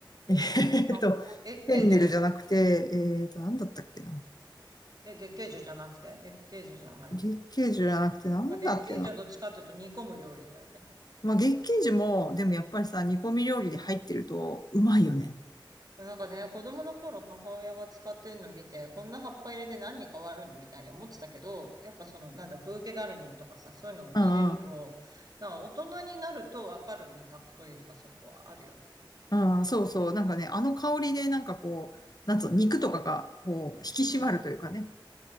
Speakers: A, on the left; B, on the right.
A: えーと、
B: 葉っぱ月桂樹
A: フェンネルじゃなくて、えーと、なんだったっけな。
B: え、月桂樹じゃなくて月桂樹じゃない。
A: 月桂樹じゃなくて、なんだっけな。
B: まあ、月桂樹はどっちかというと煮込む料理だよね。
A: まあ、月桂樹も、でもやっぱりさ、煮込み料理で入ってると、うまいよね。
B: なんかね、子供の頃母親が使ってるの見て、こんな葉っぱ入れて何に変わるのみたいに思ってたけど、やっぱその、なんだ、ブーケガルニとかさ、そういうのを入れると、
A: うんうん。
B: なんか大人になるとわかる味覚というか、そこはあるよね。
A: ああ、そうそう。なんかね、あの香りで、なんかこう、なんつうの、肉とかが、こう、引き締まるというかね。
B: うん。